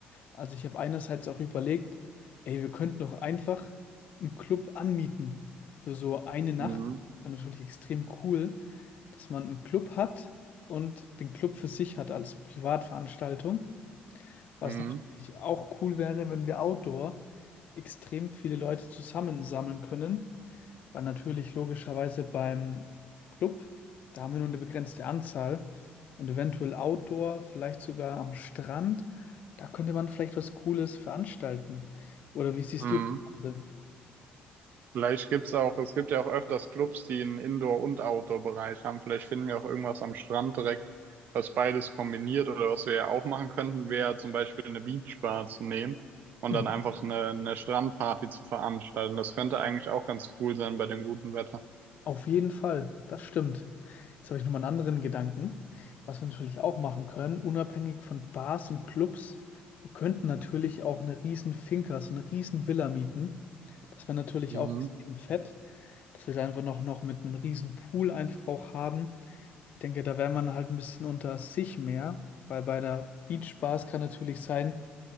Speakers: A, on the left; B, on the right.
A: Also ich habe einerseits auch überlegt, ey, wir könnten doch einfach einen Club anmieten für so eine Nacht.
B: Mhm.
A: Wäre natürlich extrem cool, dass man einen Club hat und den Club für sich hat als Privatveranstaltung. Was
B: Mhm.
A: natürlich auch cool wäre, wenn wir outdoor extrem viele Leute zusammensammeln können war natürlich logischerweise beim Club. Da haben wir nur eine begrenzte Anzahl und eventuell Outdoor, vielleicht sogar am Strand. Da könnte man vielleicht was Cooles veranstalten. Oder wie siehst
B: Mhm.
A: du das? Ganze?
B: Vielleicht gibt's auch, es gibt ja auch öfters Clubs, die einen Indoor- und Outdoor-Bereich haben. Vielleicht finden wir auch irgendwas am Strand direkt, was beides kombiniert oder was wir ja auch machen könnten, wäre zum Beispiel eine Beachbar zu nehmen und
A: Mhm.
B: dann einfach eine, eine Strandparty zu veranstalten. Das könnte eigentlich auch ganz cool sein bei dem guten Wetter.
A: Auf jeden Fall, das stimmt. Jetzt habe ich nochmal einen anderen Gedanken, was wir natürlich auch machen können, unabhängig von Bars und Clubs. Wir könnten natürlich auch eine riesen Finca, so eine riesen Villa mieten. Das wäre natürlich
B: Mhm.
A: auch extrem fett. dass wir da einfach noch, noch mit einem riesen Pool einfach auch haben. Ich denke, da wäre man halt ein bisschen unter sich mehr, weil bei der Beachbars kann natürlich sein,